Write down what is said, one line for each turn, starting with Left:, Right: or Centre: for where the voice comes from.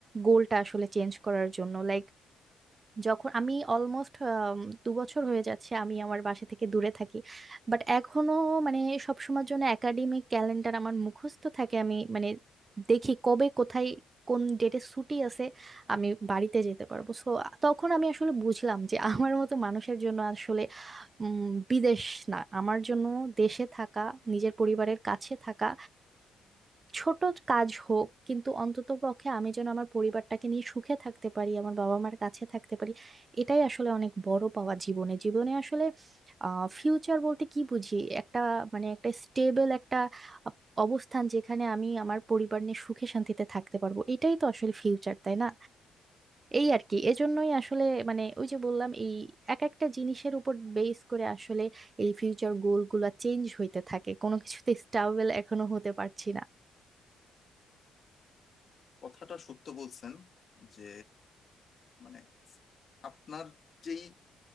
Right: গোলটা আসলে চেঞ্জ করার জন্য লাইক যখন আমি অলমোস্ট দু বছর হয়ে যাচ্ছে আমি আমার বাসা থেকে দূরে থাকি বাট এখনো মানে সবসময়ের জন্য একাডেমিক ক্যালেন্ডার আমার মুখস্থ থাকে আমি মানে দেখি কবে কোথায় কোন ডেটে ছুটি আছে আমি বাড়িতে যেতে পারবো সো তখন আমি আসলে বুঝলাম যে আমার মতো মানুষের জন্য আসলে উম, বিদেশ না আমার জন্য দেশে থাকা নিজের পরিবারের কাছে থাকা ছোট কাজ হোক কিন্তু অন্তত পক্ষে আমি যেন আমার পরিবারটাকে নিয়ে সুখে থাকতে পারি আমার বাবা মার কাছে থাকতে পারি এটাই আসলে অনেক বড় পাওয়া জীবনে জীবনে আসলে আহ ফিউচার বলতে কি বুঝি একটা মানে একটা স্টেবল একটা আহ, অবস্থান যেখানে আমি আমার পরিবার নিয়ে সুখে শান্তিতে থাকতে পারবো এটাই তো আসলে ফিউচার তাই না এই আর কি এজন্যই আসলে মানে ওই যে বললাম এই এক একটা জিনিসের উপর বেস করে আসলে এই ফিউচার গোল গুলা চেঞ্জ হইতে থাকে কোনো কিছুতে স্টাবেল এখনো হতে পারছি
Left: কথাটা সত্য বলছেন যে মানে আপনার যেই